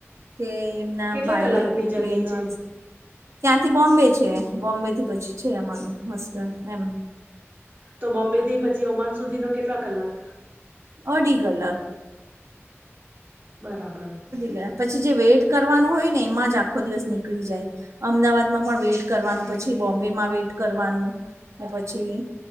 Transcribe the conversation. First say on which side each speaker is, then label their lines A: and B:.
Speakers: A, on the right (about 80°); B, on the right (about 40°).
A: તે એમના
B: કેટલા
A: ભાઈ
B: કલાકની જર્ની
A: બેનોં
B: છે
A: ત્યાંથી બોમ્બે છે બોમ્બે થી પછી છે અમારું મસ્ક એમ
B: તો બોમ્બે થી પછી ઓમાન સુધીનોો કેટલા કલાક
A: અઢી ગલ
B: બરાબર
A: ગયા પછી જે વેઇટ કરવાનો હોય ને એમાં જ આખો દિવસ નીકળી જાય અમદાવાદ માં પણ વેઇટ કરવાનું પછી બોમ્બેમાં વેઇટ કરવાનું ને પછી